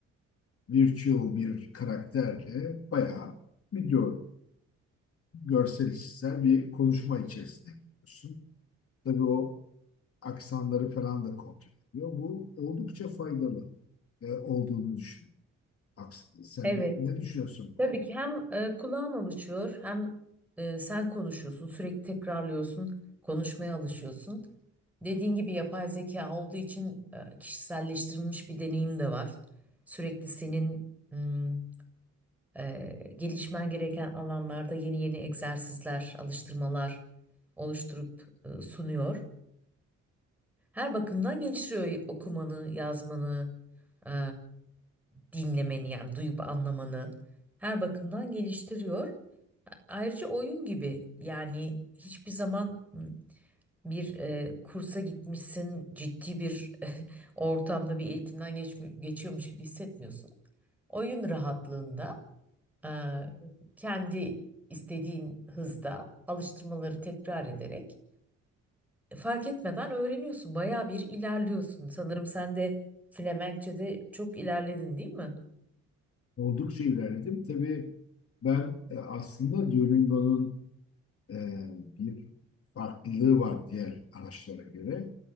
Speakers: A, on the left; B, in the centre.
A: virtual bir karakterle bayağı video görsel işitsel bir konuşma içerisinde gidiyorsun. Tabii o aksanları falan da kontrol ediyor. Bu oldukça faydalı e, olduğunu düşünüyorum. Aks- Sen
B: Evet.
A: ne, ne düşünüyorsun bu
B: Tabii
A: konuda?
B: ki hem e, kulağım alışıyor hem e, sen konuşuyorsun, sürekli tekrarlıyorsun, konuşmaya alışıyorsun. Dediğin gibi yapay zeka olduğu için e, kişiselleştirilmiş bir deneyim de var. Sürekli senin mm, e, gelişmen gereken alanlarda yeni yeni egzersizler, alıştırmalar oluşturup e, sunuyor. Her bakımdan geliştiriyor okumanı, yazmanı, e, dinlemeni yani duyup anlamanı. Her bakımdan geliştiriyor. Ayrıca oyun gibi yani hiçbir zaman m, bir e, kursa gitmişsin, ciddi bir <laughs> ortamda bir eğitimden geçmi- geçiyormuş gibi hissetmiyorsun. Oyun rahatlığında e, kendi istediğin hızda alıştırmaları tekrar ederek fark etmeden öğreniyorsun. Bayağı bir ilerliyorsun. Sanırım sen de Flemenkçe'de çok ilerledin değil mi?
A: Oldukça ilerledim. Tabii ben e, aslında Duolingo'nun e, bir farklılığı var diğer araçlara göre.